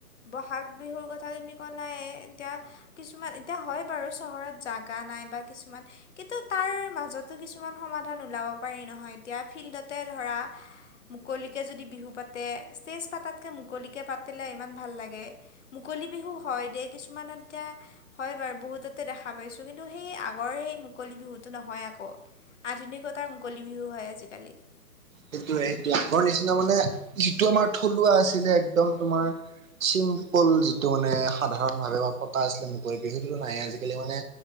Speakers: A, on the left (about 50°); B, on the right (about 55°).
A: ব'হাগ বিহুৰ কথা তুমি ক'লাই এতিয়া কিছুমান এতিয়া হয় বাৰু চহৰত জাগা নাই বা কিছুমান কিন্তু তাৰ মাজতো কিছুমান সমাধান ওলাব পাৰি নহয় এতিয়া ফিল্ডতে ধৰা মুকলিকে যদি বিহু পাতে ষ্টেজ পাতাত তে মুকলিকে পাতিলে ইমান ভাল লাগে মুকলি বিহু হয় দে কিছুমান এতিয়া হয় বাৰু বহুততে দেখা পাইছোঁ কিন্তু সেই আগৰ সেই মুকলি বিহুটো নহয় আকৌ। আধুনিকতাৰ মুকলি বিহু হয় আজিকালি।
B: সেইটোৱে সেইটোৱে আগৰ নিচিনা মানে যিটো আমাৰ থলুৱা আছিলে একদম তোমাৰ চিম্পল যিটো মানে সাধাৰণ ভাৱে বা পতা আছিলে মুকলি সেইটোতো নাই আজিকালি মানে